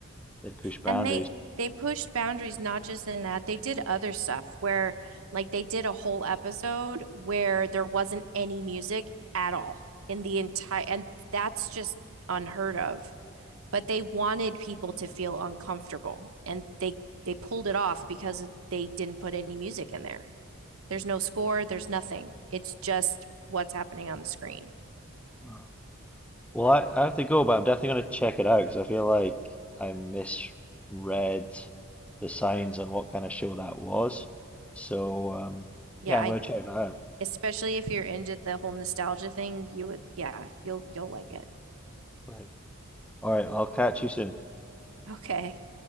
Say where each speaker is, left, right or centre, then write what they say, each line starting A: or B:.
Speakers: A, in the centre; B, on the right.
A: it pushed boundaries.
B: And they they pushed boundaries not just in that, they did other stuff where like they did a whole episode where there wasn't any music at all in the entire and that's just unheard of. But they wanted people to feel uncomfortable and they they pulled it off because they didn't put any music in there. There's no score, there's nothing. It's just what's happening on the screen.
A: Yeah. Well, I, I have to go, but I'm definitely going to check it out because I feel like I misread the signs on what kind of show that was. So, um,
B: Yeah,
A: yeah, I'm
B: I
A: going to check that out.
B: especially if you're into the whole nostalgia thing, you would yeah, you'll you'll like it.
A: Great. All right, I'll catch you soon.
B: Okay.